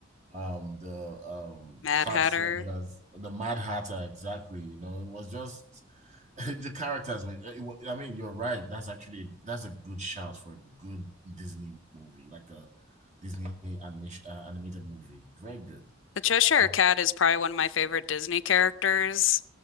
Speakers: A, on the right; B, on the left.
A: um the um
B: Mad
A: card
B: Hatter.
A: soldiers, the Mad Hatter, exactly, you know, it was just <laughs> the characters were, it wa- I mean, you're right. That's actually that's a good shout for a good Disney movie, like a Disney animation uh, animated movie. Very good.
B: The Cheshire
A: you know.
B: Cat is probably one of my favorite Disney characters.